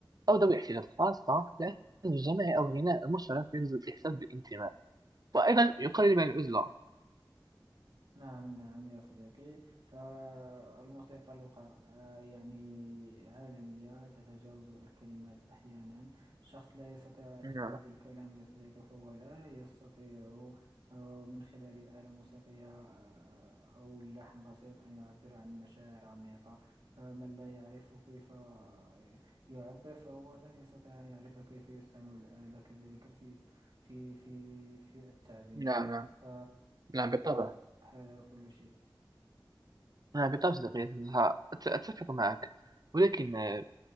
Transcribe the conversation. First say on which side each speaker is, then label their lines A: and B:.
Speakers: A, on the right; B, on the right.
A: أو ذوي احتياجات خاصة لأن الجماعي أو الغناء المشترك يجلب الإحساس بالانتماء وأيضا يقلل من العزلة
B: نعم نعم يا صديقي فالموسيقى لغة آه، يعني عالمية تتجاوز الكلمات أحيانا الشخص لا يستطيع التعبير
A: نعم
B: بالكلام يا صديقي فهو لا يستطيع آه، من خلال آلة موسيقية آه، أو لحن بسيط أن يعبر عن مشاعر عميقة فمن لا يعرف كيف آه، يعبر فهو لن يستطيع أن يعرف كيف يستعمل الآلة كذلك في في في في التعبير
A: نعم نعم
B: ف
A: نعم بالطبع
B: هذا كل شيء
A: أنا بالطبع صديقي أنها أت- أتفق معك ولكن آه،